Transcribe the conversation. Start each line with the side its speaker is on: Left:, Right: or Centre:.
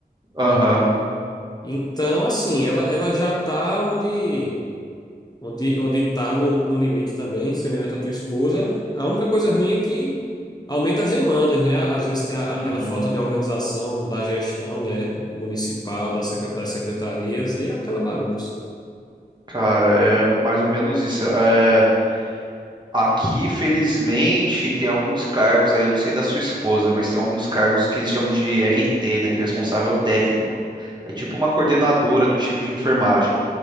Right: Aham.
Left: Então, assim, ela, ela já está onde onde onde está no, no limite também, semelhante à tua esposa. A única coisa ruim é que aumenta as demandas, né? Às vezes tem a-
Right: Uhum.
Left: aquela falta de organização da gestão, né, municipal, da secre- das secretarias e aquela bagunça.
Right: Cara, é mais ou menos isso. É, aqui, felizmente, tem alguns cargos aí, eu não sei da sua esposa, mas tem alguns cargos que eles chamam de RT, né, que é responsável técnico. É tipo uma coordenadora do time de enfermagem.